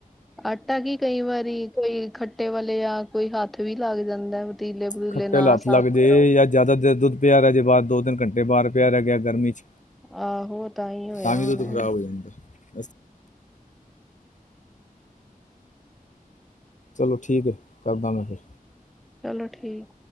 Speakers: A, in the centre; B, on the left.
A: ਆਟਾ ਵੀ ਕਈ ਵਾਰੀ ਕੋਈ ਖੱਟੇ ਵਾਲੇ ਯਾ ਕੋਈ ਹੱਥ ਵੀ ਲੱਗ ਜਾਂਦਾ ਪਤੀਲੇ ਪਤੂਲੇ
B: ਖੱਟੇ ਅਲਾ
A: ਨਾ
B: ਹੱਥ
A: ਸਾਫ਼
B: ਲੱਗਜੇ
A: ਕਰੋ
B: ਜਾਂ, ਜ਼ਿਆਦਾ ਦੇਰ ਦੁੱਧ ਪੇਆ ਰੈਜੇ ਬਾਰ ਦੋ ਤਿੰਨ ਘੰਟੇ ਬਾਰ ਪੇਆ ਰੈਗਿਆ, ਗਰਮੀ ਚ
A: ਆਹੋ ਤਾਂਈ ਹੋਇਆ
B: ਤਾਂ ਵੀ
A: ਹੋਣੈ।
B: ਦੁੱਧ ਖ਼ਰਾਬ ਹੋ ਜਾਂਦਾ <inaudible> <inaudible> ਚਲੋ ਠੀਕ ਹੈ, ਕਰਦਾ ਮੈਂ ਫਿਰ
A: ਚਲੋ ਠੀਕ